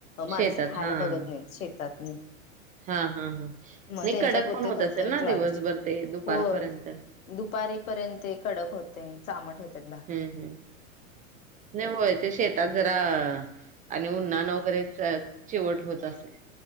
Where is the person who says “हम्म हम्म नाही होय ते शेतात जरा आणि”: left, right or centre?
Right